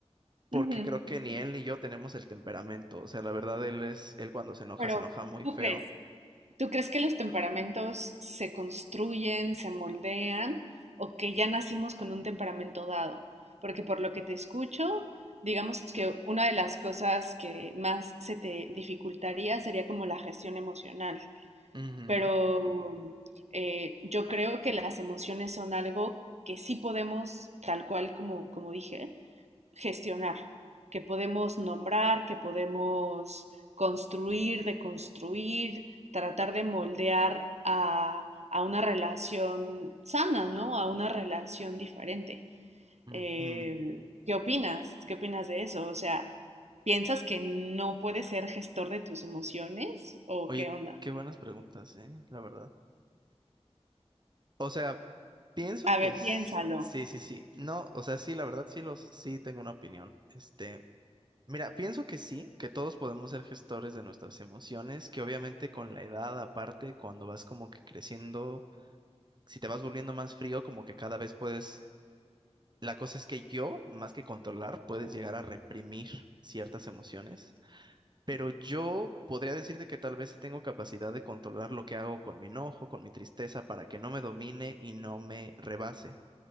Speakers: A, on the right; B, on the right.
A: Porque
B: Ujú,
A: creo que ni él ni yo tenemos el temperamento. O sea, la verdad, él es, él cuando se enoja,
B: Pero,
A: se enoja muy
B: ¿tú
A: feo.
B: crees? ¿Tú crees que los temperamentos se construyen, se moldean o que ya nacimos con un temperamento dado? Porque por lo que te escucho, digamos que una de las cosas que más se te dificultaría sería como la gestión emocional.
A: Ujú,
B: Pero eh, yo creo que las emociones son algo que sí podemos, tal cual como, como dije, gestionar, que podemos nombrar, que podemos construir, deconstruir, tratar de moldear a, a una relación sana, ¿no? A una relación diferente.
A: ujú.
B: Eh, ¿qué opinas? ¿Qué opinas de eso? O sea, ¿piensas que no puedes ser gestor de tus emociones? ¿O
A: Oye,
B: qué onda?
A: qué buenas preguntas, ¿eh? La verdad. O sea, pienso
B: A
A: que
B: ver,
A: s-
B: piénsalo.
A: sí, sí, sí. No, o sea, sí, la verdad sí los, sí tengo una opinión. Este, mira, pienso que sí, que todos podemos ser gestores de nuestras emociones, que obviamente con la edad, aparte, cuando vas como que creciendo, si te vas volviendo más frío, como que cada vez puedes, la cosa es que yo, más que controlar, puedes llegar a reprimir ciertas emociones. Pero yo podría decirte que tal vez sí tengo capacidad de controlar lo que hago con mi enojo, con mi tristeza, para que no me domine y no me rebase